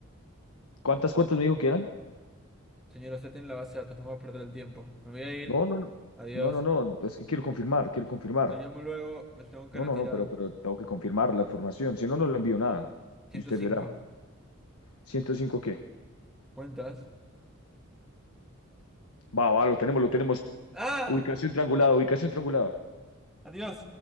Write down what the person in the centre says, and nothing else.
Señora, usted tiene la base de datos, no me va a perder el tiempo. Me voy a ir.
Adiós.
Lo llamo luego, me tengo que
retirar.
Ciento
cinco
¿Cuentas?
¡Ah!
¡Adiós!